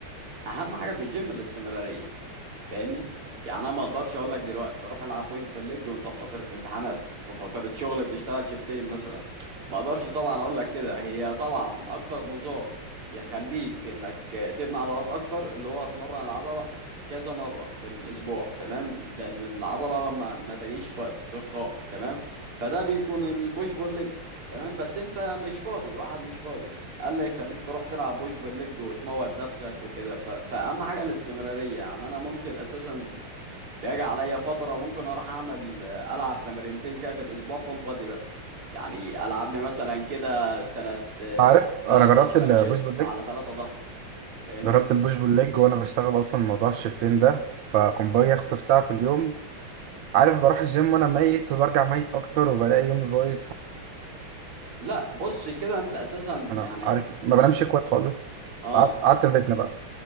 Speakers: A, on the right (about 85°); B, on the right (about 65°).
A: اهم حاجه في الجيم الاستمراريه تفهمني يعني انا ما اقدرش اقول لك دلوقتي روح العب بوش بالليج وانت في فتره امتحانات في فتره شغل بتشتغل شيفتين مثلا ما اقدرش طبعا اقول لك كده هي طبعا اكتر نظام يخليك انك تبني عضلات اكتر اللي هو اتمرن العضله كذا مره في الاسبوع تمام لان العضله ما, ما تجيش في وقت الصرخاء تمام فده بيكون البوش بول ليج تمام بس انت مش فاضي واحد مش فاضي قال لي يخليك تروح تلعب بوش بالليج وتموت نفسك وكده ف... فأهم حاجة الاستمرارية يعني أنا ممكن أساسا بيجي عليا فترة ممكن أروح أعمل ألعب تمرينتين كده في الأسبوع فول بادي بس يعني ألعب لي مثلا كده تلات
B: عارف
A: تلات
B: أنا جربت
A: أشكال
B: البوش
A: شيست
B: بول ليج
A: على تلاتة ظهر فاهمني؟
B: جربت البوش بول ليج وأنا بشتغل أصلا موضوع الشيفتين ده فكنت باجي أخطف ساعة في اليوم عارف بروح الجيم وأنا ميت وبرجع ميت أكتر وبلاقي يومي بايظ
A: لا بص كده أنت أساسا
B: أنا
A: يعني
B: عارف ما بنامش كويس خالص
A: أه
B: قعدت قعدت في بيتنا بقى